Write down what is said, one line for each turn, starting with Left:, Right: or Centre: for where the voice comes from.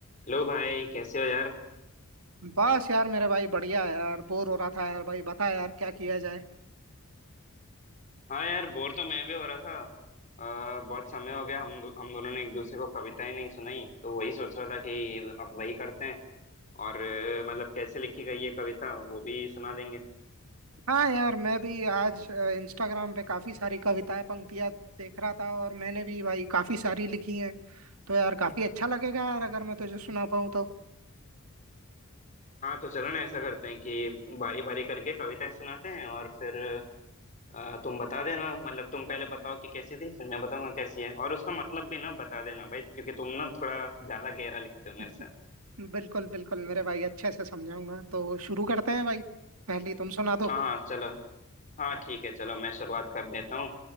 Left: Hello भाई कैसे हो यार
Right: बस यार मेरे भाई बढ़िया है यार बोर हो रहा था यार भाई बता यार क्या किया जाए
Left: हाँ यार बोर तो मैं भी हो रहा था आ, बहुत समय हो गया हम दो, हम दोनों ने एक दूसरे को कविताएं नहीं सुनाई तो वही सोच रहा था कि अब वही करते हैं और अ, मतलब कैसे लिखी गई है कविता वो भी सुना देंगे
Right: हाँ यार मैं भी आज इंस्टाग्राम पे काफी सारी कविताएं पंक्तियां देख रहा था और मैंने भी भाई काफी सारी लिखी हैं तो यार काफी अच्छा लगेगा यार अगर मैं तुझे सुना पाऊँ तो
Left: हाँ तो चलो ना ऐसा करते हैं कि बारी बारी करके कविताएं सुनाते हैं और फिर अ, तुम बता देना मतलब तुम पहले बताओ कि कैसी थी फिर मैं बताऊंगा कैसी है और उसका मतलब भी ना बता देना भाई क्योंकि तुम ना थोड़ा ज्यादा गहरा लिखते हो मेरे
Right: <laughs>
Left: से
Right: बिल्कुल बिल्कुल मेरे भाई अच्छे से समझाऊंगा तो शुरू करते हैं भाई पहले तुम सुना दो
Left: हाँ हाँ चलो हाँ ठीक है चलो मैं शुरुआत कर देता हूँ